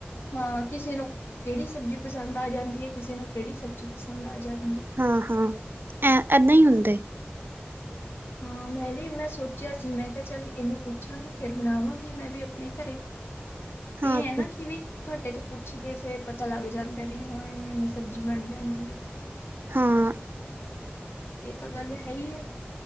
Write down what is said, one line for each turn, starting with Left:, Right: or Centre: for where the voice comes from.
Left: ਹਾਂ ਕਿਸੇ ਨੂੰ ਕਿਹੜੀ ਸਬਜ਼ੀ ਪਸੰਦ ਆ ਜਾਂਦੀ ਹੈ ਕਿਸੇ ਨੂੰ ਕਿਹੜੀ ਸਬਜ਼ੀ ਪਸੰਦ ਆ ਜਾਂਦੀ ਐ।
Right: ਹਾਂ-ਹਾਂ ਐ ਏਦਾਂ ਹੀ ਹੁੰਦਾ। ਤੇ,
Left: ਹਾਂ ਮੈਂ ਵੀ ਮੈਂ ਸੋਚਿਆ ਸੀ ਮੈਂ ਕਿਹਾ ਚੱਲ ਇਹਨੂੰ ਪੁੱਛਾਂਗੀ ਫਿਰ ਬਣਾਵਾਂਗੀ ਮੈਂ ਵੀ ਆਪਣੇ ਘਰੇ। ਇਹ
Right: ਹਾਂ-ਹਾਂ
Left: ਹੈ ਨਾ ਕਿਵੇ ਤੁਹਾਡੇ ਤੋਂ ਪੁੱਛ ਕੇ ਫੇਰ ਪਤਾ ਲੱਗ ਜਾਂਦਾ ਵੀ ਹਾਂ ਐਵੇਂ-ਐਵੇਂ ਸਬਜ਼ੀ ਬਣ ਜਾਂਦੀ ਏ।
Right: ਹਾਂ,
Left: ਇਹ ਤਾਂ ਗੱਲ ਹੈ ਹੀ ਹੈ